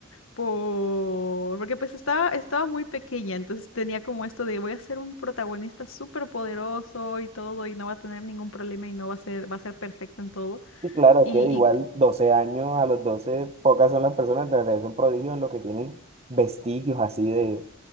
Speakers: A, on the left (about 75°); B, on the right (about 30°).
A: por... Porque pues estaba, estaba muy pequeña, entonces tenía como esto de voy a ser un protagonista súper poderoso y todo, y no va a tener ningún problema y no va a ser, va a ser perfecto en todo.
B: Y claro,
A: Y,
B: es que de igual
A: y
B: 12 años, a los 12 pocas son las personas, de verdad es un prodigio en lo que tienen vestigios así de